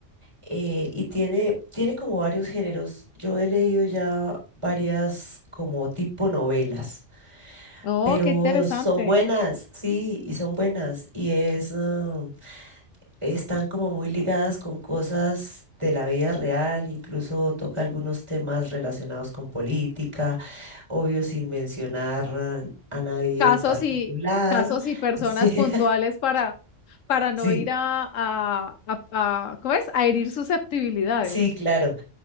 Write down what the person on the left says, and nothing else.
Oh,
qué interesante.
casos
y casos y personas
puntuales para, para no
ir a, a, a- a- ¿cómo es? A herir susceptibilidades.